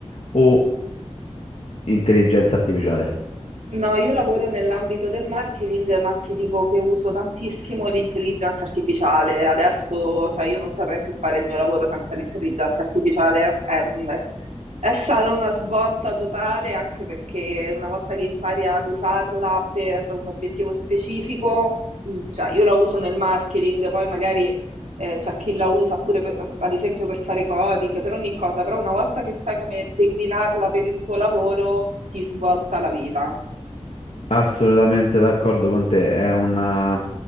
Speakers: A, on the left; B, on the right.
A: o intelligenza artificiale?
B: No, io lavoro nell'ambito del marketing, ma ti dico che uso tantissimo l'intelligenza artificiale. Adesso, cioè, io non saprei più fare il mio lavoro senza l'intelligenza artificiale, è un, È stata una svolta totale anche perché una volta che impari ad usarla per un obiettivo specifico, mh, cioè io la uso nel marketing, poi magari eh, c'è chi la usa pure per- ad esempio per fare coding, per ogni cosa, però una volta che sai come declinarla per il tuo lavoro, ti svolta la vita.
A: Assolutamente d'accordo con te, è una,